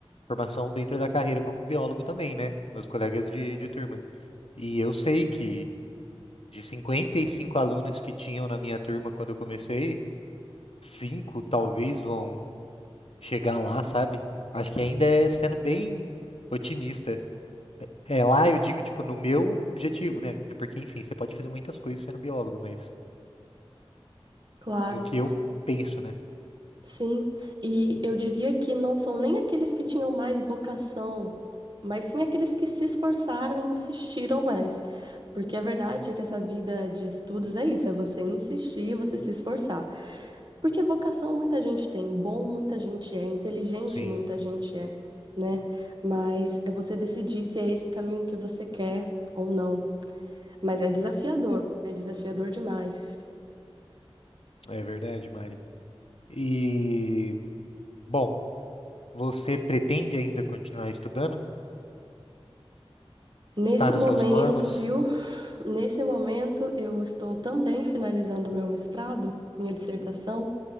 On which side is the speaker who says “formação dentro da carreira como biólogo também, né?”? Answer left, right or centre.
Left